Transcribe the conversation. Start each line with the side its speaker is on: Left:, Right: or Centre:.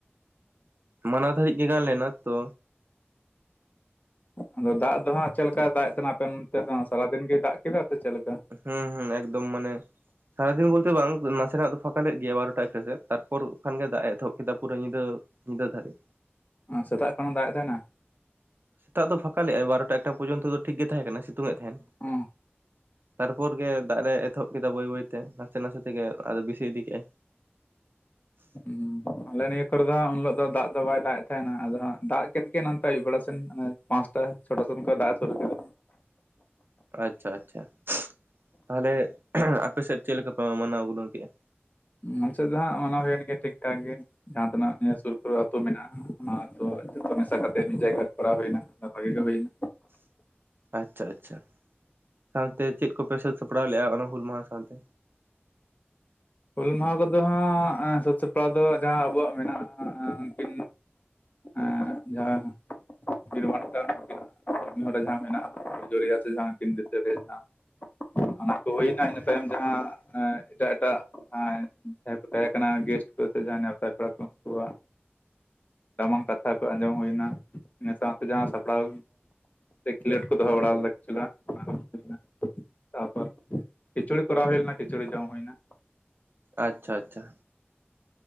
Right: ᱢᱟᱱᱟ ᱫᱷᱟᱹᱨᱤᱡ ᱜᱮ ᱜᱟᱱ ᱞᱮᱱᱟ ᱛᱚ
Left: ᱟᱫᱚ ᱫᱟᱜ ᱫᱚ ᱦᱟᱜ ᱪᱮᱫ ᱞᱮᱠᱟᱭ ᱫᱟᱜ ᱮ ᱛᱟᱦᱮᱱᱟ ᱟᱯᱮ ᱱᱚᱛᱮ ᱫᱚ ᱥᱟᱨᱟᱫᱤᱱ ᱜᱮᱭ ᱫᱟᱜ ᱠᱮᱫᱟ ᱥᱮ ᱪᱮᱫᱮ ᱞᱮᱠᱟ
Right: ᱦᱩᱸ ᱦᱩᱸ ᱮᱠᱫᱚᱢ ᱢᱟᱱᱮ ᱥᱟᱨᱟᱫᱤᱱ ᱵᱚᱞᱛᱮ ᱵᱟᱝ ᱱᱟᱥᱮᱱᱟᱜ ᱫᱚ ᱯᱷᱟᱠᱟᱞᱮᱫ ᱜᱮᱭᱟ ᱵᱟᱨᱚᱴᱟ ᱮᱠᱴᱟ ᱥᱮᱫ ᱛᱟᱨᱯᱚᱨ ᱠᱷᱟᱱ ᱜᱮ ᱫᱟᱜ ᱮᱚᱦᱚᱵ ᱠᱮᱫᱟ ᱯᱩᱨᱟᱹ ᱧᱤᱫᱟᱹ ᱧᱤᱫᱟᱹ ᱫᱷᱟᱹᱨᱤᱡ
Left: ᱥᱮᱛᱟᱜ ᱠᱷᱚᱱ ᱫᱟᱜ ᱮᱫᱟᱭᱱᱟ
Right: ᱥᱮᱛᱟᱜ ᱫᱚ ᱯᱷᱟᱸᱠᱟ ᱞᱮᱟᱭ ᱵᱟᱨᱚᱴᱟ ᱮᱴᱟ ᱯᱚᱨᱡᱚᱱᱛᱚ ᱴᱷᱤᱠ ᱜᱮ ᱛᱟᱦᱮᱸ ᱠᱟᱱᱟ ᱥᱤᱛᱩᱝ ᱮ ᱛᱟᱦᱮᱸᱱ
Left: ᱚ
Right: ᱛᱟᱨᱯᱚᱨ ᱜᱮ ᱫᱟᱜ ᱨᱮ ᱮᱛᱚᱦᱚᱵ ᱠᱮᱫᱟ ᱵᱟᱹᱭ ᱵᱟᱹᱭᱛᱮ ᱱᱟᱥᱮ ᱱᱟᱥᱮ ᱛᱮᱜᱮ ᱟᱫᱚ ᱵᱮᱥᱤ ᱤᱫᱤ ᱠᱮᱫᱟᱭ
Left: ᱦᱩᱸ ᱟᱞᱮ ᱱᱤᱭᱟᱹ ᱠᱚᱨᱮ ᱫᱚ ᱩᱱ ᱦᱤᱞᱳᱜ ᱫᱚ ᱫᱟᱜ ᱫᱚ ᱵᱟᱭ ᱫᱟᱜ ᱮᱫ ᱛᱟᱦᱮᱸᱱᱟ ᱟᱫᱚ ᱫᱟᱜ ᱠᱮᱫ ᱜᱮ ᱱᱚᱛᱮ ᱟᱹᱭᱩᱵ ᱵᱮᱲᱟ ᱥᱮᱱᱮ ᱯᱟᱸᱥᱴᱟ ᱪᱷᱳᱴ ᱥᱚᱱ ᱚᱱᱠᱟ ᱫᱟᱜ ᱮ ᱥᱩᱨᱩ ᱠᱮᱫᱟ
Right: ᱟᱪᱪᱷᱟ ᱟᱪᱪᱷᱟ ᱛᱟᱦᱚᱞᱮ ᱟᱯᱮᱥᱮᱫ ᱪᱮᱫ ᱞᱮᱠᱟ ᱯᱮ ᱢᱟᱱᱟᱣ ᱜᱩᱱᱟ. ᱣ ᱠᱮᱫᱼᱟ
Left: ᱱᱚᱛᱮ ᱫᱚ ᱦᱟᱜ ᱚᱱᱟ ᱦᱩᱭᱮᱱ ᱜᱮᱭᱟ ᱴᱷᱤᱠ ᱴᱷᱟᱠ ᱜᱮ ᱡᱟᱦᱟᱸ ᱛᱤᱱᱟᱹ ᱱᱤᱭᱟᱹ ᱥᱩᱨ ᱠᱚᱨᱮ ᱟᱹᱛᱩ ᱢᱮᱱᱟᱜᱼᱟ ᱚᱱᱟ ᱟᱹᱛᱩ ᱡᱚᱛᱚ ᱢᱮᱥᱟ ᱠᱟᱛᱮ ᱢᱤᱫ ᱡᱟᱭᱜᱟ ᱨᱮ ᱠᱚᱨᱟᱣ ᱦᱩᱭᱱᱟ ᱵᱷᱟᱜᱤ ᱜᱮ ᱦᱩᱭᱱᱟ
Right: ᱟᱪᱪᱷᱟ ᱟᱪᱪᱷᱟ ᱥᱟᱶᱛᱮ ᱪᱮᱫ ᱠᱚᱯᱮ ᱥᱟᱹᱛ ᱥᱟᱯᱲᱟᱣ ᱞᱮᱫᱼᱟ ᱚᱱᱟ ᱦᱩᱞ ᱢᱟᱦᱟ ᱥᱟᱶᱛᱮ
Left: ᱦᱩᱞ ᱢᱟᱦᱟ ᱠᱚᱫᱚ ᱦᱟᱜ ᱥᱮᱛ ᱥᱟᱯᱲᱟᱣ ᱫᱚ ᱡᱟᱦᱟᱸ ᱟᱵᱚᱣᱟᱜ ᱢᱮᱱᱟᱜᱼᱟ ᱟᱵᱤᱱ ᱟᱨ ᱡᱟ ᱵᱤᱨᱵᱷᱟᱱᱴᱟᱱᱟᱜ ᱠᱟᱹᱢᱤ ᱦᱚᱨᱟ ᱡᱟᱦᱟᱸ ᱢᱮᱱᱟᱜᱼᱟ, ᱯᱩᱡ ᱨᱮᱭᱟᱜ ᱥᱮ ᱡᱟᱦᱟᱸ ᱱᱠᱤᱱ ᱫᱤᱥᱟᱹ ᱨᱮᱭᱟᱜ ᱡᱟᱦᱟᱸ ᱚᱱᱟ ᱠᱚ ᱦᱩᱭᱱᱟ, ᱤᱱᱟᱹ ᱛᱟᱭᱚᱢ ᱡᱟᱦᱟᱸ ᱮᱸ ᱮᱴᱟᱜ ᱮᱴᱟᱜ ᱡᱟᱦᱟᱸᱭ ᱠᱚ ᱛᱟᱦᱮᱸ ᱠᱟᱱᱟ, ᱜᱮᱥᱴ ᱠᱚ ᱥᱮ ᱡᱟᱦᱟᱸᱭ ᱱᱮᱣᱛᱟ ᱯᱮᱲᱟ ᱠᱚ ᱩᱸᱠᱩᱣᱟᱜ, ᱫᱟᱢᱟᱱ ᱠᱟᱛᱷᱟ ᱠᱚ ᱟᱸᱡᱚᱢ ᱦᱩᱭᱱᱟ ᱾ ᱤᱱᱟᱹ ᱥᱟᱶᱛᱮ ᱡᱟᱦᱟᱸ ᱥᱟᱯᱲᱟᱣ ᱮᱠᱷᱮᱞᱳᱰ ᱠᱚ ᱫᱚᱦᱚ ᱵᱟᱲᱟ ᱞᱮᱫᱟ ᱠᱤᱪᱷᱩᱜᱟᱱ ᱚᱱᱟ ᱾ ᱛᱟᱯᱚᱨ ᱠᱷᱤᱪᱩᱲᱤ ᱠᱚᱨᱟᱣ ᱦᱩᱭᱞᱮᱱᱟ ᱠᱷᱤᱪᱩᱲᱤ ᱡᱚᱢ ᱦᱩᱭ ᱮᱱᱟ
Right: ᱟᱪᱪᱷᱟ ᱟᱪᱪᱷᱟ,